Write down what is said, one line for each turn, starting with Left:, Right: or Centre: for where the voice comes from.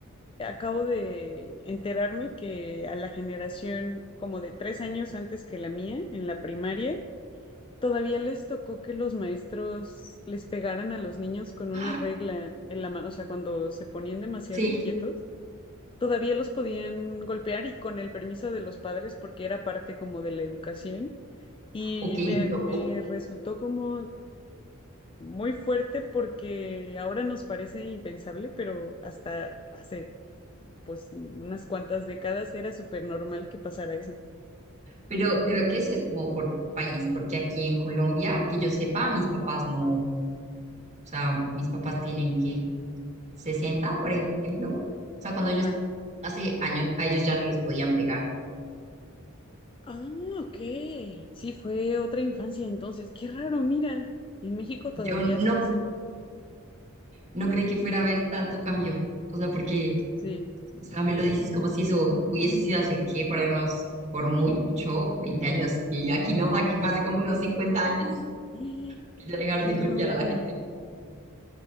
Left: acabo de enterarme que a la generación como de tres años antes que la mía, en la primaria, todavía les tocó que los maestros les pegaran a los niños con
Right: ¡Ah!
Left: una regla en la mano. O sea, cuando se ponían demasiado
Right: Sí,
Left: inquietos, todavía los podían golpear y con el permiso de los padres porque era parte como de la educación. Y
Right: ok,
Left: me,
Right: no.
Left: me resultó como Muy fuerte porque ahora nos parece impensable, pero hasta hace pues unas cuantas décadas era súper normal que pasara eso.
Right: Pero creo que eso es como por país, porque aquí en Colombia, que yo sepa, mis papás no, o sea, mis papás tienen que 60, por ejemplo. O sea, cuando
Left: Ajá.
Right: ellos, hace años, a ellos ya no les podían pegar.
Left: Ah, ok. Sí, fue otra infancia entonces. Qué raro, mira. En México
Right: Yo
Left: todavía
Right: no,
Left: hasta hace un...
Right: no creí que fuera a haber tanto cambio. O sea, porque,
Left: Sí.
Right: o sea, me lo dices como si eso hubiese sido hace qué, para unos, por mucho, 20 años. Y aquí no, aquí fue hace como unos 50 años
Left: Eh,
Right: que ya dejaron
Left: Qué
Right: de golpear
Left: loco.
Right: a la gente.